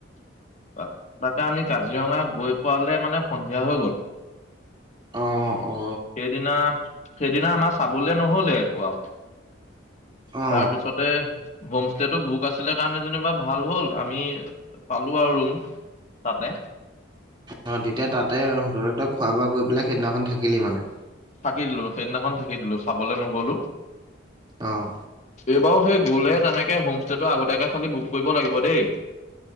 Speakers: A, on the left; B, on the right.
A: <unintelligible> তাকে আমি কাজিৰঙা গৈ পোৱালে মানে সন্ধিয়া হৈ গল <inaudible>
B: অ অ।
A: সেইদিনা সেইদিনা আমাৰ চাবলে নহলে একো আও
B: অ
A: তাৰপিছতে হোমষ্টেটো বুক আছিলে কাৰণে যেনিবা ভাল হ'ল আমি, পালো আৰু ৰুম। তাতে
B: অঁ তেতিয়া তাতে হোটেলতে খোৱা বোৱা কৰি <unintelligible> সেইদিনাখন থাকিলি মানে
A: থাকি দিলো সেইদিনাখন থাকি দিলো চাবলৈ নগলো
B: অঁ
A: এইবাও সেই গলে তেনেকে হোমষ্টেটো আগতীয়াকে খালি বুক কৰিব লাগিব দেই।